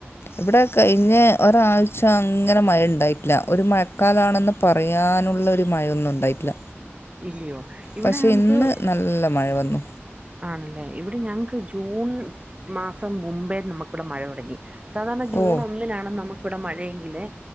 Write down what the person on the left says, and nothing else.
ഇവിടെ കയിഞ്ഞ് ഒരാഴ്ച അങ്ങനെ മഴണ്ടായിട്ടില്ല ഒരു മഴക്കാലാണെന്ന്. പറയാനുള്ളരു മഴയൊന്നും ഉണ്ടായിട്ട്ല്ല.
പക്ഷെ
ഇന്ന് നല്ല മഴ വന്നു.
ഓ